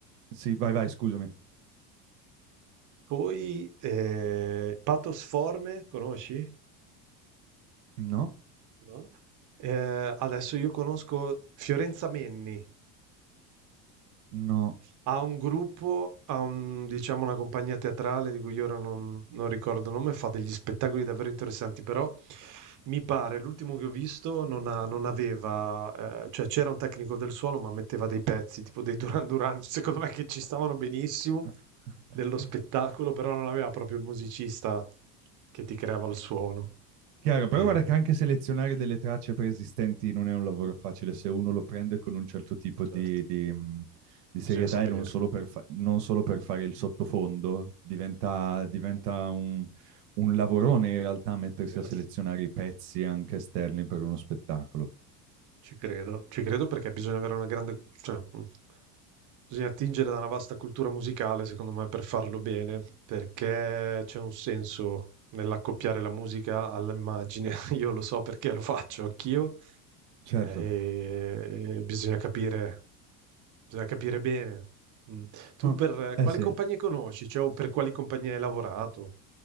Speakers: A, on the right; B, on the right.
A: Sì, vai, vai, scusami.
B: poi eh, Pathos Forme, conosci?
A: No,
B: No? Eh, adesso io conosco Fiorenza Menni,
A: no.
B: ha un gruppo, ha un- diciamo una compagnia teatrale di cui ora non, non ricordo il nome, fa degli spettacoli davvero interessanti, però mi pare, l'ultimo che ho visto non, ha- non aveva, eh, cioè c'era un tecnico del suono ma metteva dei pezzi, tipo dei Duran Duran, <laughs> secondo me che ci stavano benissimo
A: <laughs>
B: dello spettacolo, però non aveva proprio il musicista che ti creava il suono.
A: Chiaro,
B: Eh,
A: però guarda che anche selezionare delle tracce preesistenti non è un lavoro facile se uno lo prende con un certo tipo
B: certo,
A: di, di, mh, di serietà
B: bisogna sapere.
A: e non solo per, fa- non solo per fare il sottofondo, diventa, diventa un, un lavorone in realtà mettersi
B: Vero?
A: a selezionare i pezzi anche esterni per uno spettacolo.
B: Ci credo, ci credo perché bisogna avere una grande, cioè, mm, Bisogna attingere da una vasta cultura musicale, secondo me, per farlo bene, perché c'è un senso nell'accoppiare la musica all'immagine. <laughs> Io lo so perché lo faccio anch'io,
A: Certo.
B: eh, e bisogna capire, bisogna capire bene. Mm. Tu
A: Ah,
B: per eh,
A: Eh
B: quali
A: sì.
B: compagnie conosci? Cioè, o per quali compagnie hai lavorato?